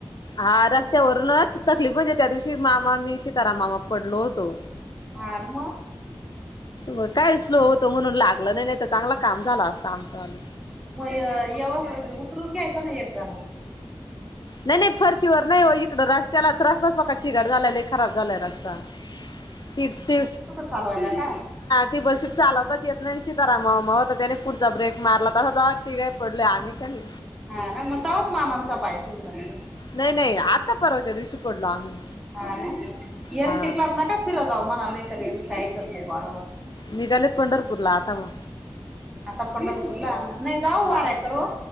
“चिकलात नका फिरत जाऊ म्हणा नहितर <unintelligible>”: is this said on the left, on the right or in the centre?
Centre